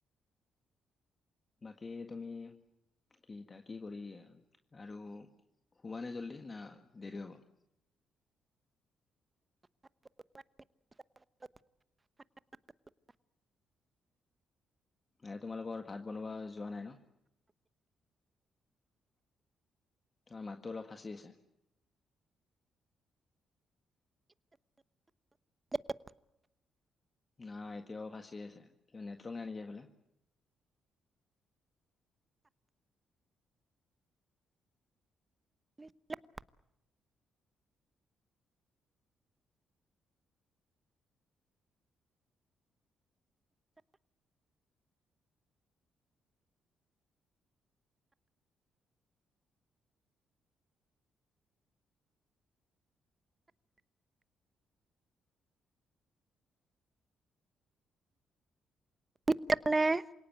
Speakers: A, on the left; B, on the right.
A: বাকী তুমি কি টা কি কৰি আৰু শুবা নে জল্দি না দেৰি হ'ব?
B: <unintelligible> <unintelligible>
A: এ তোমালোকৰ ভাত বনোৱা যোৱা নাই ন? তোমাৰ মাতটো অলপ পাচি আছে।
B: <unintelligible>
A: নাই এতিয়াও পাচি আছে, কিবা নেটৱৰ্ক নাই নেকি এইফালে?
B: <unintelligible> <unintelligible>